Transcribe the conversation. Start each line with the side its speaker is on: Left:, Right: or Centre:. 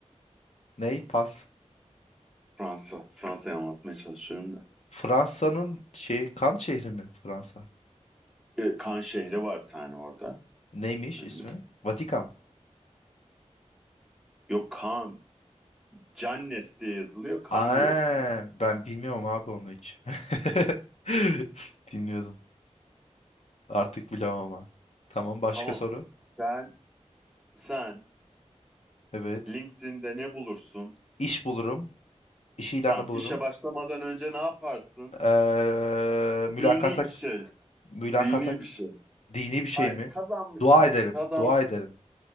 Left: Ney? Pas.
Centre: Fransa. Fransa'yı anlatmaya çalışıyorum da.
Left: Fransa'nın şey kan şehri mi Fransa?
Centre: E, Kan şehri var bir tane orada.
Left: Neymiş
Centre: Ünlü.
Left: ismi? Vatikan.
Centre: Yok Kan. Cannes diye yazılıyor. Kan
Left: Aa,
Centre: diye okunuyor.
Left: ben bilmiyorum abi onu hiç. <laughs> Bilmiyordum. Artık bilemem ama. Tamam başka
Centre: Tamam.
Left: soru.
Centre: Sen sen
Left: Evet.
Centre: LinkedIn'de ne bulursun?
Left: İş bulurum. İş ilanı
Centre: Tamam.
Left: bulurum.
Centre: İşe başlamadan önce ne yaparsın?
Left: Ee, mülakata
Centre: Dini bir şey.
Left: mülakata
Centre: Dini bir şey.
Left: Dini bir şey
Centre: Hayır,
Left: mi?
Centre: kazanmışsın.
Left: Dua ederim.
Centre: Kazanmışsın.
Left: Dua ederim.